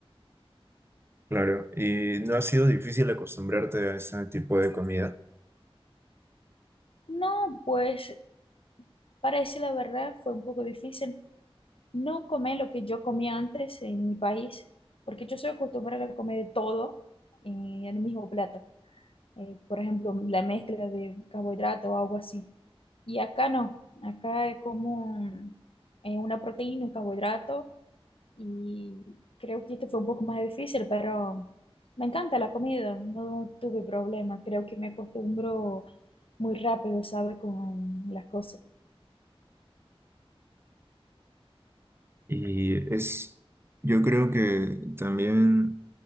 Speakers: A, on the right; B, on the left.
A: Claro, y no ha sido difícil acostumbrarte a ese tipo de comida.
B: No, pues para decir la verdad fue un poco difícil no comer lo que yo comía antes en mi país, porque yo soy acostumbrada a comer de todo en el mismo plato. Eh, por ejemplo, la mezcla de carbohidrato o algo así. Y acá no, acá es como un- eh, una proteína, un carbohidrato, y creo que esto fue un poco más difícil, pero me encanta la comida, no tuve problema, creo que me acostumbro muy rápido, ¿sabe? Con las cosas.
A: Y es, yo creo que también